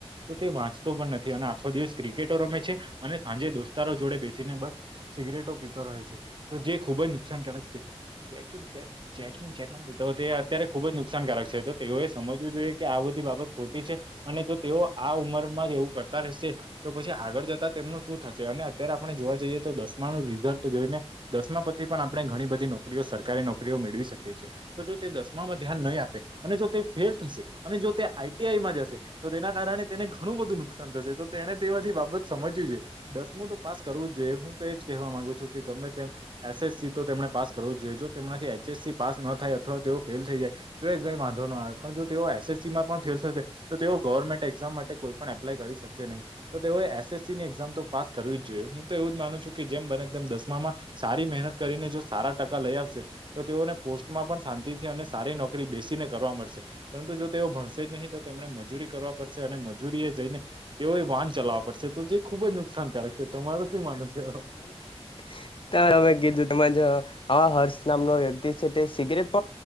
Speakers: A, on the right (about 50°); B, on the left (about 55°).
A: તો તે વાંચતો પણ નથી, અને આખો દિવસ ક્રિકેટો રમે છે, અને સાંજે દોસ્તારો જોડે બેસી ને બસ સિગરેટો પીતો રહયો છે, તો જે ખુબ જ નુકસાનકારક છે. ટટી એ અત્યારે ખુબ જ નુકસાનકારક છે. તેઓએ સમજવું જોઈએ કે, આ બધી બાબત ખોટી છે, અને જો તેઓ આ ઉંમરમાં જ એવું કરતા રહેશે. તો પછી આગળ જતા, તેમનું શું થશે, અને અત્યારે આપણે જોવા જઈએ, તો દસમા નુ રિઝલ્ટ જોઈને. દસમા પછી પણ આપણે ઘણી બધી નોકરીઓ સરકારી નોકરીઓ મેળવી શકીએ છીએ. તો જો તે દસમામાં ધ્યાન નહીં આપે, અને જો તે ફેલ થશે, અને જો તે આઈ. ટી. આઈમાં જશે. તો તેના કારણે તેને ઘણું બધું નુકસાન થશે, તો તેને તે બધી બાબત સમજવી છે, દસમું તો પાસ કરવા જ જોઈએ, હું તો એજ કહેવા માગુું. કે ગમે તેમ એસસ તોને પાસ કરવું જ જોઈએ, તેમનાથી એચએસ પાસ ન થાય, અથવા તેઓ ફેલ થઈ જાય. તો એ કઈ વાંધો ન આવે, પણ જો તેઓ એસ. એસ. સીમાં પણ ફેલ થશે, તો તેઓ ગવર્મેન્ટ એક્ઝામ માટે કોઈ પણ એપ્લાય કરી શકશે નહીં, તો તેઓએ એસ. એસ. સી ની એક્ઝામ તો પાસ કરવી જ. જો હું તો એવું જ માનું છું કે, જેમ બને તેમ દસમામાં સારી મહેનત કરીને, જો સારા ટકા લઈ આવશે. તો તેઓને પોસ્ટમાં પણ શાંતિથી, અને સારી નોકરી બેસીને કરવા મળશે. પરંતુ જો તેઓ ભણશે જ નહીં, તો તેમને મજૂરી કરવા પડશે, અને મજૂરી એ જઈને તેઓ. વાહન ચલાવવા પડશે, તો જે ખુબ જ નુકસાનકારક.
B: <unintelligible>
A: છે તમારું શું માનવું છે
B: અમે કીધું તો, આ હર્ષ નામનો વ્યક્તિ છે તે સીગરેટ.